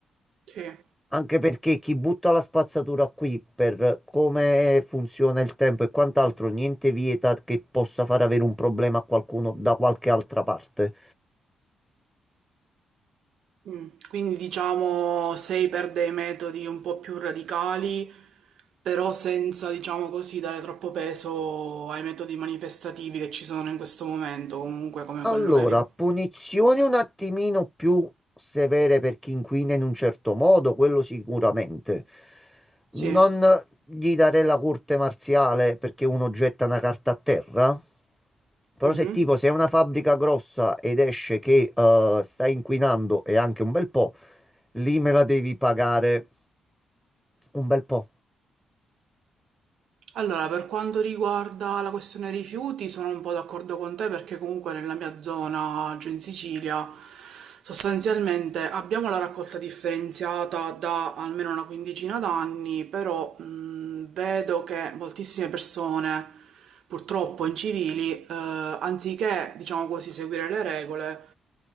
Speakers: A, on the right; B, in the centre.
A: Sì.
B: anche perché chi butta la spazzatura qui per come funziona il tempo e quant'altro, niente vieta che possa far avere un problema a qualcuno da qualche altra parte.
A: Mm. Quindi diciamo sei per dei metodi un po' più radicali, però senza, diciamo così, dare troppo peso ai metodi manifestativi che ci sono in questo momento, comunque come
B: Allora,
A: quello che riporta.
B: punizioni un attimino più severe per chi inquina in un certo modo, quello sicuramente. Non
A: Sì.
B: gli darei la corte marziale perché uno getta una carta a terra. Però
A: Mhm.
B: se tipo sei una fabbrica grossa ed esce che eh, stai inquinando e anche un bel po', Lì me la devi pagare un bel po'
A: Allora, per quanto riguarda la questione rifiuti, sono un po' d'accordo con te perché comunque nella mia zona, giù in Sicilia, sostanzialmente abbiamo la raccolta differenziata da almeno una quindicina d'anni, però mh, vedo che moltissime persone, purtroppo incivili, eh, anziché, diciamo così, seguire le regole,